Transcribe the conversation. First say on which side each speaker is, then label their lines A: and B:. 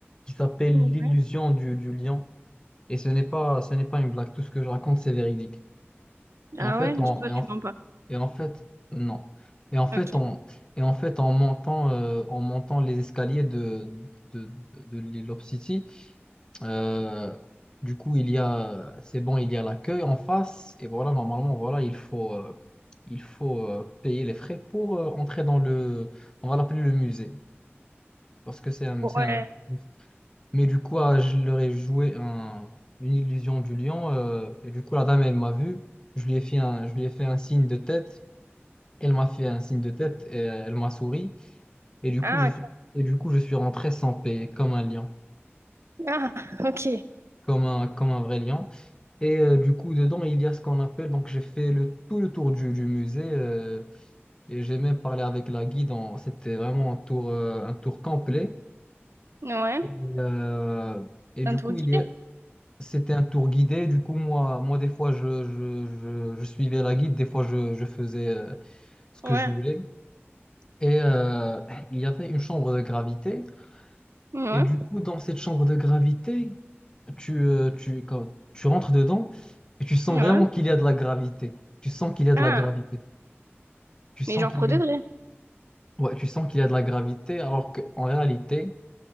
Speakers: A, on the left; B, on the right.
A: qui s'appelle
B: Ouais.
A: l'illusion du, du lion. Et ce n'est pas, ce n'est pas une blague. Tout ce que je raconte, c'est véridique.
B: Ah
A: Et en fait,
B: ouais?
A: on,
B: Je- Toi,
A: et en,
B: tu mens pas.
A: et en fait, non. Et en fait,
B: Ok.
A: on, et en fait, en montant, euh, en montant les escaliers de, de, de, de l'île of City, euh, du coup, il y a, c'est bon, il y a l'accueil en face. Et voilà, normalement, voilà, il faut, euh, il faut euh, payer les frais pour euh, entrer dans le, on va l'appeler le musée, parce que c'est un,
B: Ouais.
A: c'est un- mais du coup, ah, je leur ai joué un- une illusion du lion. euh, et du coup, la dame, elle m'a vu. Je lui ai fait un, je lui ai fait un signe de tête. Elle m'a fait un signe de tête et elle m'a souri. Et du
B: Ah,
A: coup, je suis,
B: ok.
A: et du coup, je suis rentré sans paix, comme un lion,
B: Ah, ok.
A: comme un, comme un vrai lion. Et euh, du coup, dedans, il y a ce qu'on appelle. Donc, j'ai fait le, tout le tour du, du musée. euh, et j'ai même parlé avec la guide. en- C'était vraiment un tour, euh, un tour complet.
B: Ouais.
A: Et, euh, et du
B: Un tour
A: coup,
B: guidé?
A: il y a, C'était un tour guidé, du coup, moi, moi des fois, je, je, je, je suivais la guide, des fois, je, je faisais euh, ce que
B: Ouais.
A: je voulais. Et euh, il y avait une chambre de gravité.
B: Ouais.
A: Et du coup, dans cette chambre de gravité, tu, euh, tu, quand tu rentres dedans et tu sens
B: Ouais.
A: vraiment qu'il y a de la gravité. Tu sens qu'il y a de
B: Ah.
A: la gravité. Tu sens
B: Mais genre
A: qu'il
B: pour
A: y
B: de
A: a,
B: vrai.
A: ouais, tu sens qu'il y a de la gravité, alors qu'en réalité,